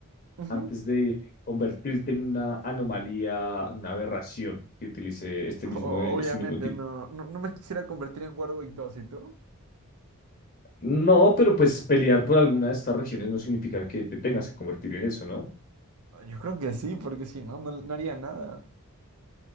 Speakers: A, on the right; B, on the left.
A: Ujú.
B: antes de convertirte en una anomalía, una aberración que utilice este mismo,
A: O-
B: este
A: Obviamente
B: mismo tipo?
A: no, no, no me quisiera convertir en Warwick 2, ¿y tú?
B: No, pero pues pelear por alguna de estas regiones no significa que te tengas que convertir en eso, ¿no?
A: Ah, Yo creo que sí, porque si no, no, no haría nada.